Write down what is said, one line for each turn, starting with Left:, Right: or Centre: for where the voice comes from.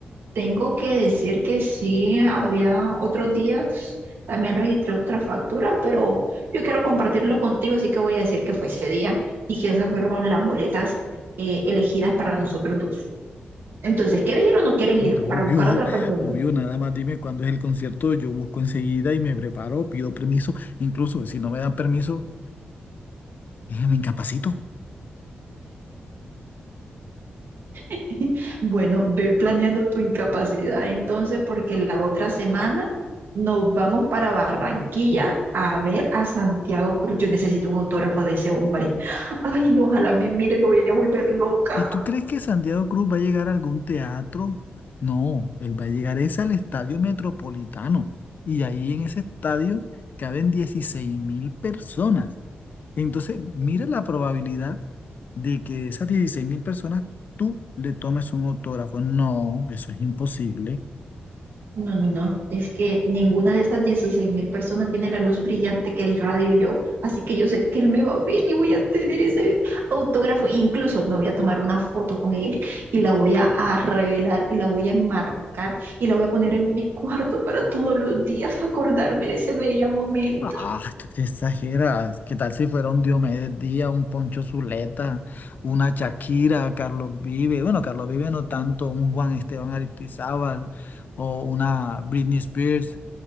Right: Tengo que decir que sí, había otros días, también registré otras facturas, pero yo quiero compartirlo contigo, así que voy a decir que fue ese día y que esas fueron las boletas eh, elegidas para nosotros dos. Entonces, ¿quieres ir o no quieres
Left: Mm,
Right: ir
Left: Obvio,
Right: para buscar a otra persona?
Left: obvio, nada más dime cuándo es el concierto, yo busco enseguida y me preparo, pido permiso, incluso si no me dan permiso, eh, me incapacito.
Right: <laughs> Bueno, ve planeando tu incapacidad entonces, porque la otra semana nos vamos para Barranquilla a ver a Santiago Cruz. Yo necesito un autógrafo de ese hombre. Ay, no, ojalá me mire, me voy a volver loca.
Left: ¿Y tú crees que Santiago Cruz va a llegar a algún teatro? No, él va a llegar es al Estadio Metropolitano. Y ahí en ese estadio caben dieciséis mil personas. Entonces, mira la probabilidad de que de esas dieciséis mil personas tú le tomes un autógrafo. No, eso es imposible.
Right: No, no, no. Es que ninguna de esas dieciséis mil personas tiene la luz brillante que irradio yo. Así que yo sé que él me va a ver y voy a tener ese autógrafo. Incluso me voy a tomar una foto con él y la voy a, a revelar y la voy a enmarcar y la voy a poner en mi cuarto para todos los días acordarme de ese bello momento.
Left: Ah, tú te exageras. ¿Qué tal si fuera un Diomedes Díaz, un Poncho Zuleta, una Shakira, Carlos Vive? Bueno, Carlos Vive no tanto, un Juan Esteban Aristizábal o una Britney Spears